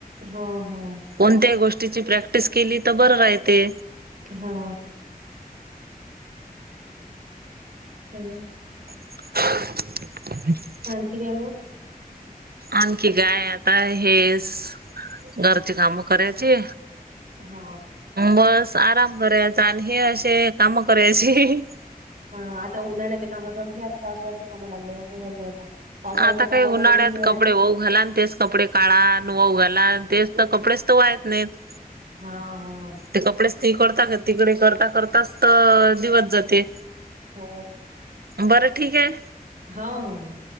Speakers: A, on the right; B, on the right.
A: हा.. हा.
B: कोणत्याही गोष्टीची, प्रॅक्टिस केली तर बरं राहते.
A: हा. हम्.
B: <unintelligible>
A: आणखी काय मग?
B: आणखी काय आता हेच, घरची कामं करायची.
A: हा.
B: बस आराम करायचा. आणि हे असे काम करायची.
A: हा आता उन्हाळ्यातले काम संपले, आता पावसाळ्यातले कामं लागले. असं झाले आता. पावसाळ्यातले
B: आता काही
A: काम
B: उन्हाळ्यात
A: झाले की हिवाळ्यातले
B: कपडे होऊ घाला. आन तेच कपडे काढा न वाळू घाला, तेच तर कपडेच तर वाळत नाहीत.
A: हा.. हा.
B: ते कपडे इस्त्री करता का तिकडे करता करताच तर दिवस जाते.
A: हो.
B: बरं ठीक आहे.
A: हो,. हो.. हो.